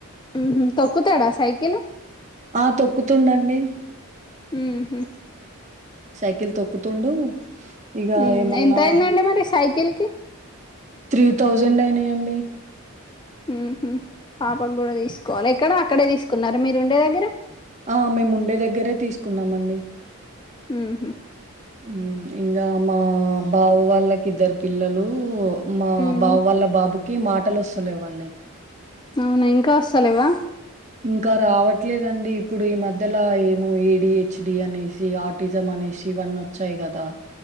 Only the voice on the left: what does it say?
హ్మ్ హు తొక్కుతాడా సైకిల్
ఉహు
ఉమ్
ఎంత అయిందండి మరి సైకిల్ కి
హ్మ్ హు పాపకు కూడా తీసుకోవాల ఎక్కడ అక్కడే తీసుకున్నారు మీరు ఉండే దగ్గర
ఊ హుమ్
ఉమ్
అవునా ఇంకాస్తలేవా